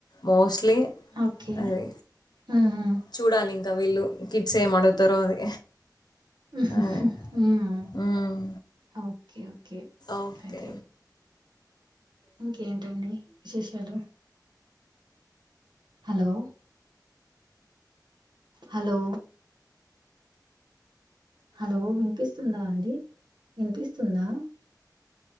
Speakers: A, on the left; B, on the right.
A: మోస్ట్లీ
B: ఓకే.
A: అది
B: హ్మ్.
A: చూడాలి ఇంకా వీళ్ళు కి ఏమడుగుతారో అది
B: ఊహ
A: అదే.
B: హు అవును
A: హ్మ్.
B: Okay okay
A: okay.
B: అయితే ఇంకేంటండి విశేషాలు హలో హలో హలో వినిపిస్ తుందా అండి వినిపిస్తుందా